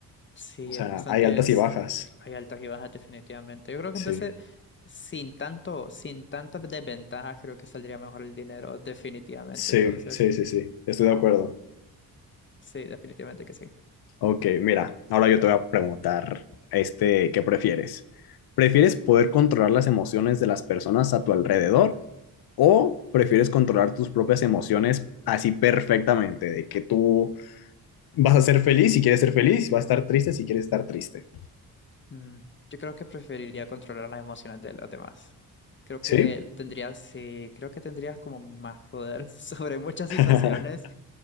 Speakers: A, on the left (about 30°); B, on the left (about 70°).
A: sí,
B: O sea,
A: es bastante,
B: hay altas
A: es-
B: y bajas.
A: hay altas y bajas definitivamente. Yo creo que
B: Sí,
A: entonces, sin tanto, sin tantas desventajas, creo que saldría mejor el dinero, definitivamente.
B: sí,
A: Entonces,
B: sí, sí, sí, estoy de acuerdo.
A: sí, definitivamente que sí.
B: Ok, mira, ahora yo te voy a preguntar, este, ¿qué prefieres? ¿Prefieres poder controlar las emociones de las personas a tu alrededor o prefieres controlar tus propias emociones así perfectamente, de que tú vas a ser feliz si quieres ser feliz, vas a estar triste si quieres estar triste?
A: Mm, Yo creo que preferiría controlar las emociones de los demás. Creo que
B: ¿Sí?
A: tendrías, sí, creo que tendrías como más poder <laughs> sobre muchas situaciones
B: <laughs>